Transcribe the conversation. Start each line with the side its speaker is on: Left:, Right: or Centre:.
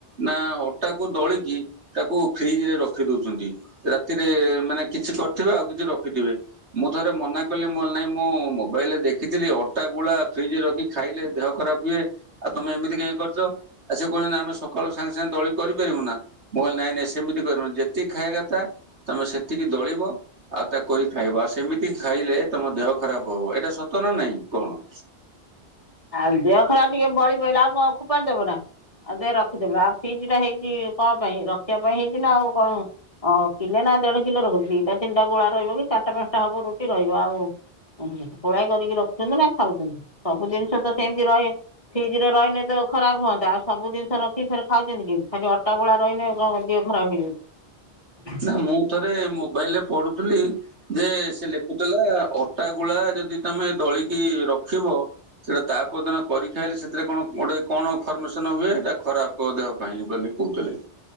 Right: ନା ଅ ଅଟାକୁ ଦଳିକି ତାକୁ ଫ୍ରିଜ ରେ ରଖି ଦଉଛନ୍ତି ରାତିରେ ମାନେ କିଛି କ ଥିବେ ଆଉ କିଛି ରଖିଥିବେ ମୁଁ ଥରେ ମନା କଲି ମୁଁ କହିଲି ନାଇଁ ମୁଁ ମୋବାଇଲରେ ଦେଖିଥିଲି ଅ ଟା ଗୁଳା ଫ୍ରିଜ୍ ରେ ରଖି ଖାଇଲେ ଦେହ ଖରାପ ହୁଏ ଆଉ ତମେ ଏମିତି କାଇଁ କରିଛ? ଆଉ ସେ କହୁଛନ୍ତି ଆମେ ସକାଳୁ ସାଙ୍ଗେ ସାଙ୍ଗେ ଦଳି କରିପାରିବୁ ନା। ମୁଁ କହିଲି ନାଇଁ ନାଇଁ ସେମିତି କରିବିନି ଯେତିକି ଖାଇବା କଥା ତମେ ସେତିକି ଦଳିବ ଆଉ ତା କରି ଖାଇବ ଆଉ ସେମିତି ଖାଇଲେ ତମ ଦେହ ଖରାପ ହବ ଏଟା ସତ ନା ନାଇଁ କଣ?
Left: ଆଉ ଦେହ ଖରା ଟିକେ ବଳି ପଇଲା ଆଉ କଣ ଖୋପଡ଼ି ଦବ ନା। ଆଉ ଦେ ରଖିଦେଲୁ ଆଉ ଫ୍ରିଜ୍ ଟା ହେଇଛି କଣ ପାଇଁ ରଖିବା ପାଇଁ ହେଇଛି ନା ଆଉ କଣ ଓଁ କିଲେ ନା ଦେଢ କିଲୋ ରହୁଛିି ଦିଟା ତିନଟା ଗୁଳା ରହିବ କି ଚାରିଟା ପାଞ୍ଚଟା ହବ ରୁଟି ରହିବ ଆଉ ଓଁ ପୋଳାଇ କରିକି ରଖୁଛନ୍ତି ନା ଖାଉଛନ୍ତି ସବୁ ଜିନିଷ ତ ସେମିତି ରହେ। ଫ୍ରିଜ୍ ରେ ରହିନେ ତ ଖରାପ ହୁଅନ୍ତା ଆଉ ସବୁ ଜିନିଷ ରଖି ଫେରେ ଖାଉଛନ୍ତି କେମିତି ଖାଲି ଅଟାଗୁଳା ରହିନେ ଯୋ ଖରାପ। <unintelligible>
Right: ନା ମୁଁ ଥରେ ମୋବାଇଲ ରେ ପଢୁଥିଲି ଯେ ସେ ଲେଖୁ ଲା ଅଟା ଗୁଳା ଯଦି ତମେ ଦଳିକି ରଖିବ ସେଟା ତାପଦିନ କରି ଖାଇଲେ ସେଥିରେ କଣ ଗୋଟେ କଣ ଫର୍ମେସନ ହୁଏ ଏଟା ଖରାପ ଦେହ ପାଇଁ ବୋଲି। କହୁଥିଲେ।